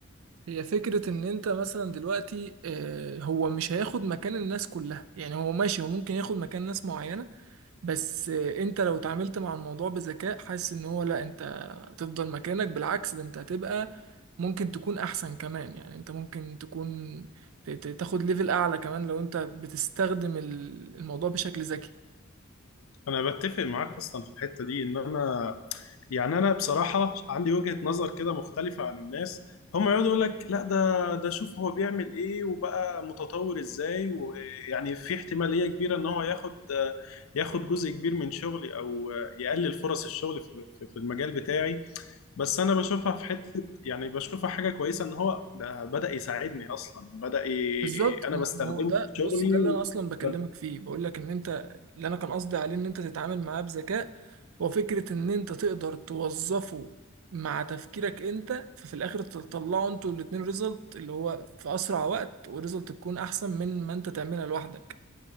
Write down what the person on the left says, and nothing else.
انا بتفق معاك اصلا في الحتة دي ان انا يعني انا بصراحة عندي وجهة نظر كده مختلفة عن الناس هم يقعدوا يقول لك لا ده ده شوف هو بيعمل ايه وبقى متطور ازاي ويعني في احتمالية كبيرة ان هو ياخد ياخد جزء كبير من شغلي او يقلل فرص الشغل في في- في المجال بتاعي بس انا بشوفها في حته يعني بشوفها حاجه كويسه ان هو ده بدا يساعدني اصلا بدا ي...
انا
بستخدمه
في شغلي
و...
ب-